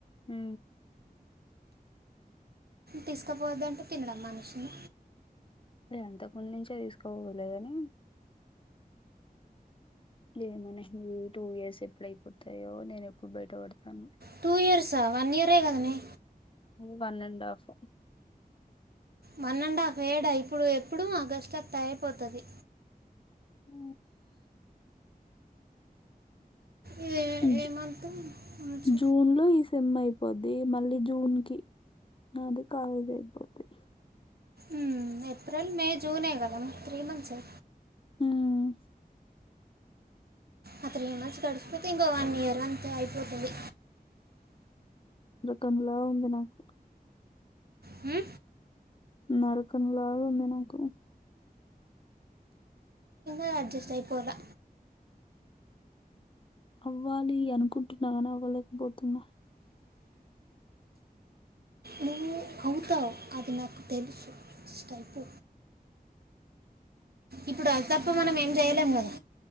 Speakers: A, on the left (about 35°); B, on the right (about 80°).
A: ఊ
B: తీసుకుపోవద్దంటే తినడం మనిషింద
A: ఎంత ముందు నుంచే తీసుకోవలేగాని ఏమోనే ఈ టూ ఇయర్స్ ఎప్పుడయిపోతాయో నేను ఎప్పుడు బయటపడతానో
B: టూ ఇయర్సా వన్ ఇయరే కదనే
A: ఊ one and half
B: one and half ఏడా ఇప్పుడు ఎప్పుడూ ఆగస్టతె అయేపోతది
A: ఊ
B: ఇది
A: ఇ జు
B: ఏ మంత్ మార్చ్
A: జూన్ లో ఈ సెమ్ అయిపో పోద్ది మళ్ళీ జూన్ కి నాది కాలేజ్ అయిపోద్ది
B: ఊ ఏప్రిల్ మే జూనే కద త్రీ మంత్సే
A: ఉమ్,
B: ఆ త్రీ మంత్స్ గడిసిపోతే ఇంకో వన్ ఇయర్ అంతే అయిపోతది
A: రకంలా ఉంది నాకు
B: ఉ
A: నరకంలా ఉంది నాకు
B: అది అడ్జస్ట్ అయిపోలా
A: అవ్వాలి అనుకుంటున్న కని అవ్వలేకపోతున్నా
B: నువ్వు అవుతావు అది నాకు తెలుసు స్టైపు ఇప్పుడు అది తప్ప మనం ఏం చేయలేం కదా